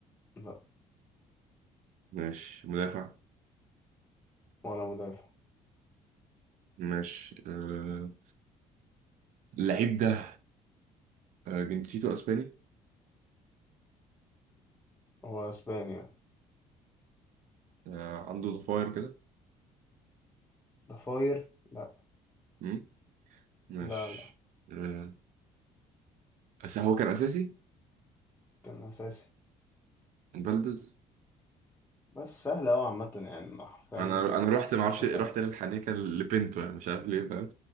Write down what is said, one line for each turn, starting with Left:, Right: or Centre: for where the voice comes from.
Left: لا
Right: ماشي مدافع
Left: ولا مدافع
Right: ماشي آه، اللعيب ده آه، جنسيته اسباني
Left: هو اسبانيا
Right: آه، عنده ضفاير كده
Left: ضفاير لا
Right: مم، ماشي
Left: لا لا
Right: آه، بس هو كان اساسي
Left: كان أساسي
Right: بلدز
Left: بس سهل أوي عامة يعني أنا حرفيا
Right: انا انا رحت ما اعرفش
Left: مش ثانية
Right: رحت للحنيكه لبنتو يعني مش عارف ليه فاهم